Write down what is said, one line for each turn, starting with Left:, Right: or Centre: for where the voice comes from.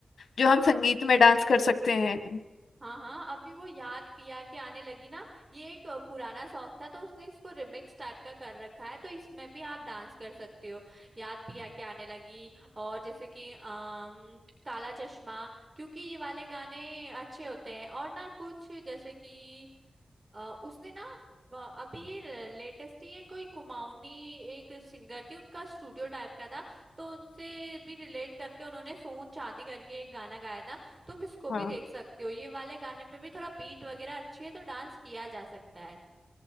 Left: जो हम संगीत में डांस कर सकते हैं
Right: हाँ हाँ अभी वो याद पिया के आने लगी ना ये एक अ, पुराना सॉन्ग था तो उसने इसको रिमिक्स टाइप का कर रखा है तो इसमें भी आप डांस कर सकते हो याद पिया के आने लगी और जैसे कि अम, काला चश्मा क्योंकि ये वाले गाने अच्छे होते हैं और ना कुछ जैसे कि अ, उसने ना ब- अभी ये लेटेस्ट ही ये कोई कुमाऊनी एक सिंगर थी उनका स्टूडियो टाइप का था तो उनसे भी रिलेट करके उन्होंने सोन चांदी करके एक गाना गाया था तुम इसको भी
Left: हाँ
Right: देख सकते हो ये वाले गाने पे भी थोड़ा बीट वगैरह अच्छी है तो डांस किया जा सकता है